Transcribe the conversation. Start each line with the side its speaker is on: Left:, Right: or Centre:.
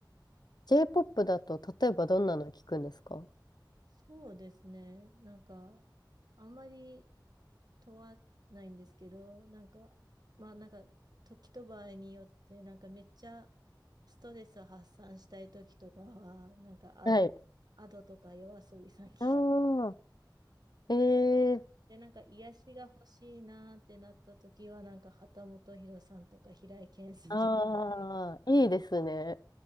Left: J-POP だと、例えばどんなの聞くんですか
Right: そうですね。なんか、あんまり問わないんですけど、なんか、まあなんか、時と場合によって、なんかめっちゃストレス発散したい時とかは、なんかアド、
Left: はい。
Right: アドとか夜遊びさん聞い
Left: ああ、えー、
Right: て、なんか癒しが欲しいなーってなった時は、なんか旗本博さんとか平井堅さんとか、
Left: ああ、
Right: <laughs>
Left: いいですね。